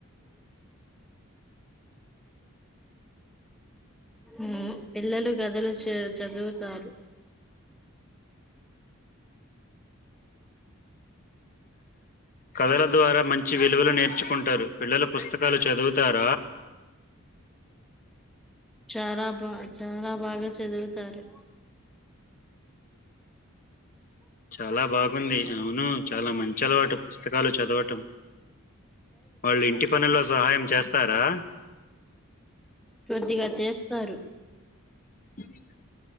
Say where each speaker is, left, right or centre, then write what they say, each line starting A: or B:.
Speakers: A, in the centre; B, on the left (about 40°).
A: ఉ పిల్లలు కథలు చ చదువుతారు
B: కదల ద్వారా మంచి విలువలు నేర్చుకుంటారు పిల్లలు పుస్తకాలు చదువు తర
A: చాలా బా చాలా బాగా చదువుతారు
B: చాలా బాగుంది అవును చాలా మంచి అలవాటు పుస్తకాలు చదవటం వాళ్ళు ఇంటి పనుల్లో సహాయం చేస్తారా
A: కొద్దిగా చేస్తారు
B: అది <unintelligible>